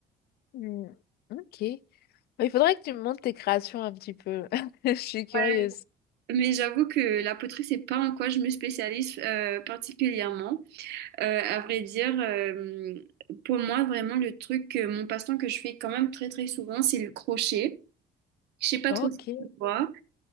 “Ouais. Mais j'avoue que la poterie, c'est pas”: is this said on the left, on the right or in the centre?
Right